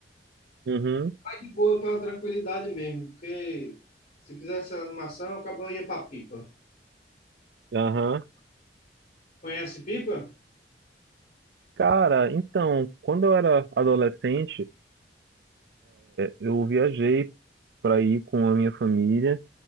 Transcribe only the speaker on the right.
Uhum,
aham.
Cara, então, quando eu era adolescente, eu viajei pra ir com a minha família,